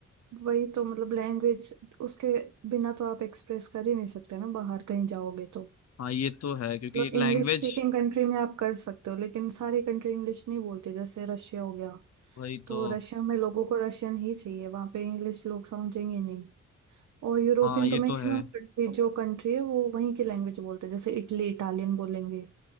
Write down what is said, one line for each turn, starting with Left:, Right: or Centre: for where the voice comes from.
Right: वही तो मतलब लैंग्वेज उसके बिना तो आप एक्सप्रेस कर ही नहीं सकते ना बाहर कहीं जाओगे तो
Left: हाँ ये तो है क्योंकि
Right: मतलब
Left: एक
Right: इंग्लिश
Left: लैंग्वेज
Right: स्पीकिंग कंट्री में आप कर सकते हो लेकिन सारी कंट्री इंग्लिश नहीं बोलती जैसे रशिया हो गया
Left: वही
Right: तो
Left: तो
Right: रशिया में लोगों को रशियन ही चाहिए वहां पे इंग्लिश लोग समझेंगे नहीं और यूरोपियन
Left: हाँ ये
Right: तो मैक्सिमम
Left: तो है
Right: कंट्री जो कंट्री है वो वहीं की लैंग्वेज बोलते हैं जैसे इटली इटालियन बोलेंगे